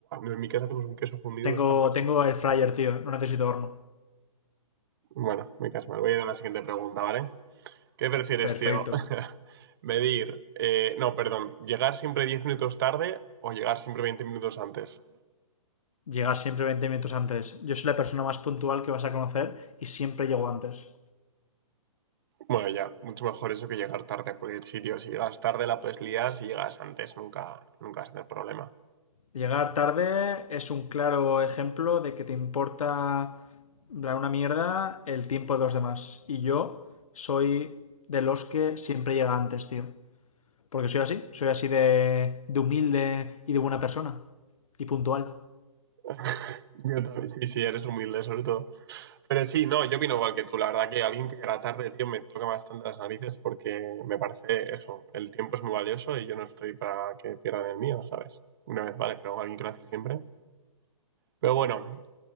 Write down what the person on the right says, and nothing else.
en mi casa hacemos un queso fundido
que está muy...
Bueno, me caso, me voy a ir a la siguiente pregunta, ¿vale? ¿Qué prefieres,
tío? <laughs> Medir, eh, no, perdón, llegar siempre 10 minutos tarde o llegar siempre 20 minutos antes.
Bueno, ya, mucho mejor eso que llegar tarde, porque sí, tío, si llegas tarde la puedes liar, si llegas antes nunca, nunca vas a tener problema.
<laughs> Yo también. Y si eres humilde, sobre todo. Pero sí, no, yo opino igual que tú. La verdad que alguien que llega tarde, tío, me toca bastante las narices porque me parece eso. El tiempo es muy valioso y yo no estoy para que pierdan el mío, ¿sabes? Una vez vale, pero alguien que lo hace siempre. Pero bueno,